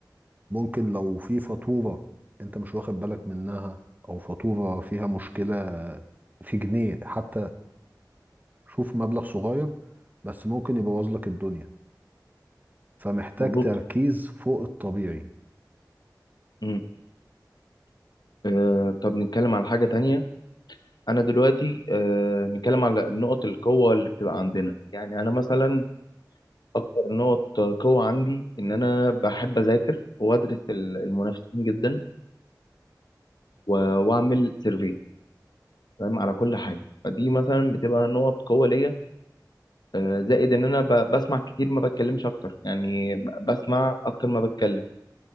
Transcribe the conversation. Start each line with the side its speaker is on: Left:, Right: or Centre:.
Right: ممكن لو في فاتوره انت مش واخد بالك منها او فاتوره فيها مشكله آه، في جنيه حتى شوف مبلغ صغير بس ممكن يبوظ لك الدنيا فمحتاج
Left: مظبوط
Right: تركيز فوق الطبيعي
Left: مم. آه، طب نتكلم عن حاجه تانية انا دلوقتي آه نتكلم على نقط القوه اللي بتبقى عندنا يعني انا مثلا اكتر نقط قوه عندي ان انا بحب اذاكر وادرس ال- المنافسين جدا و- واعمل سيرفي تمام على كل حاجه فدي مثلا بتبقى نقط قوه ليا آه زائد ان انا ب- بسمع كتير ما بتكلمش اكتر يعني ب- بسمع اكتر ما بتكلم